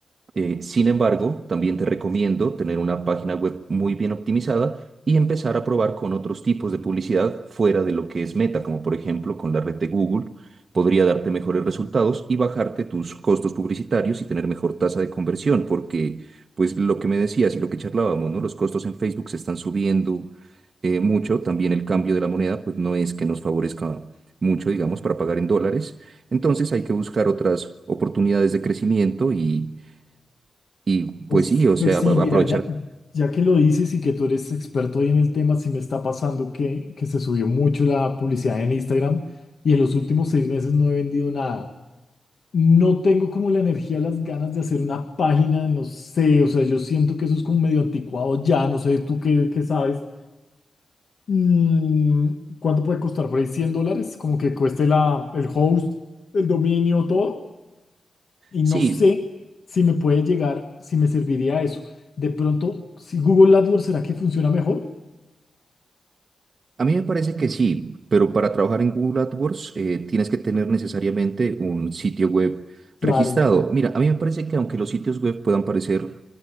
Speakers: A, on the right; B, on the left.
A: Eh, sin embargo, también te recomiendo tener una página web muy bien optimizada y empezar a probar con otros tipos de publicidad fuera de lo que es Meta, como por ejemplo con la red de Google. Podría darte mejores resultados y bajarte tus costos publicitarios y tener mejor tasa de conversión, porque pues lo que me decías y lo que charlábamos, ¿no? Los costos en Facebook se están subiendo eh, mucho, también el cambio de la moneda pues no es que nos favorezca mucho, digamos, para pagar en dólares. Entonces hay que buscar otras oportunidades de crecimiento y y
B: Pues,
A: pues sí, o sea,
B: pues sí,
A: a-
B: mira,
A: aprovechar.
B: ya, ya que lo dices y que tú eres experto ahí en el tema, sí me está pasando que, que se subió mucho la publicidad en Instagram y en los últimos seis meses no he vendido nada. No tengo como la energía, las ganas de hacer una página, no sé, o sea, yo siento que eso es como medio anticuado ya, no sé, tú qué, qué sabes. Mm, ¿cuánto puede costar por ahí? cien dólares? Como que cueste la, el host, el dominio, todo y
A: Sí,
B: no sé si me puede llegar, si me serviría eso. De pronto, si Google AdWords, ¿será que funciona mejor?
A: A mí me parece que sí, pero para trabajar en Google AdWords eh, tienes que tener necesariamente un sitio web
B: Claro,
A: registrado. Mira, a mí me parece que aunque los sitios web puedan parecer